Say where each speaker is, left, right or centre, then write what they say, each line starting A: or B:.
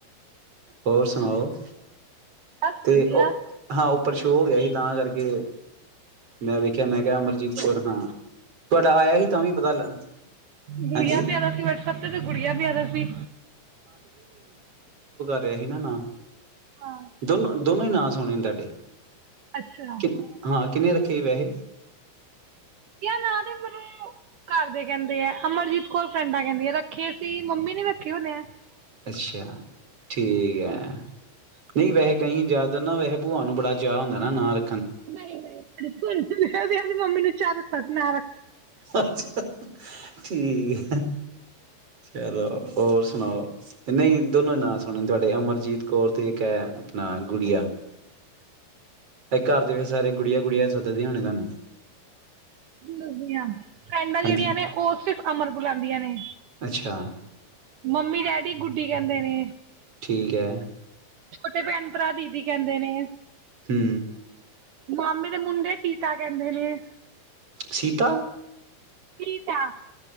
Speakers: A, on the right (about 30°); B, on the right (about 80°).
A: ਹੋਰ ਸੁਣਾਓ।
B: ਬਸ
A: ਤੇ
B: ਵਧੀਆ।
A: ਉਹ ਹਾਂ ਉੱਪਰ ਸ਼ੋਅ ਹੋ ਗਿਆ ਸੀ। ਤਾਂ ਕਰਕੇ ਉਹ, ਮੈਂ ਵੇਖਿਆ ਮੈਂ ਕਿਹਾ ਅਮਰਜੀਤ ਕੋਰ, ਹਾਂ, ਤੁਹਾਡਾ ਆਇਆ ਸੀ ਤਾਂ ਵੀ ਪਤਾ ਲ
B: ਗੁੜੀਆਂ
A: ਹਾਂਜੀ
B: ਪਿਆਦਾ ਸੀ ਵੈਟਐਸਪ ਤੇ ਤੇ ਗੁੜੀਆ ਪਿਆਦਾ ਸੀ।
A: ਪਿਆ ਸੀ, ਨਾ ਨਾ,
B: ਹਾਂ।
A: ਦੋਨੋਂ, ਦੋਨੋ ਹੀ ਨਾਂ ਸੁਣੇ ਤੁਹਾਡੇ,
B: ਅੱਛਾ
A: ਕਿ ਹਾਂ, ਕਿੰਨੇ ਰੱਖੇ ਬੈਹੇ
B: ਨਾ ਦੇ ਮੈਨੂੰ ਘਰ ਦੇ ਕਹਿੰਦੇ ਆ ਅਮਰਜੀਤ ਕੌਰ ਫਰੈਂਡਾਂ ਕਹਿੰਦੇ। ਰੱਖੇ ਸੀ ਮੰਮੀ ਨੀ ਰੱ ਕਿਉਂ ਨਿਆ।
A: ਅੱਛਾ ਠੀਕ ਹੈ ਨਹੀਂ ਵੈ ਕਹੀ ਜਾ ਨਾ ਵੈਹੇ ਭੂਆ ਨੂੰ ਬੜਾ ਚਾਅ ਹੁੰਦਾ ਨਾਲ
B: ਨਹੀਂ ਨਹੀਂ ਆਪਣੀ ਮੰਮੀ ਨੂੰ ਚਾਅ ਮੈ
A: ਅੱਛਾ ਠੀਕ ਹੈ। ਚਲ ਹੋਰ ਸੁਣਾਓ ਨਹੀਂ ਦੋਨੋ ਨਾਂ ਸੁਣੇ ਤੁਹਾਡੇ ਅਮਰ ਜੀਤ ਕੌਰ ਤੇ ਇੱਕ ਹੈ ਆਪਣਾ ਗੁੜੀਆ। ਇਹ ਘਰ ਦੇ ਫੇਰ ਸਾਰੇ ਗੁੜੀਆਂ ਗੁੜੀਆਂ ਸੱਦਦੇ ਹੋਣੇ ਤੁਹਾਨੂੰ।
B: ਦੱਸਦੀ ਆਂ ਫੈਂਡਾਂ ਜਿਹੜੀਆਂ
A: ਹਾਂਜੀ
B: ਨੇ ਉਹ ਸਿਰਫ ਅਮਰ ਬੁਲਾਦੀਆਂ ਨੇ।
A: ਅੱਛਾ।
B: ਮੰਮੀ ਡੈਡੀ ਗੁੱਡੀ ਕਹਿੰਦੇ ਨੇ।
A: ਠੀਕ ਹੈ,
B: ਛੋਟੇ ਭੈਣ ਭਰਾ ਦੀਦੀ ਕਹਿੰਦੇ ਨੇ,
A: ਹੂੰ
B: ਮਾਮੇ ਦੇ ਮੁੰਡੇ ਤੀਤਾ ਕਹਿੰਦੇ ਨੇ,
A: ਸੀਤਾ,
B: ਤੀਤਾ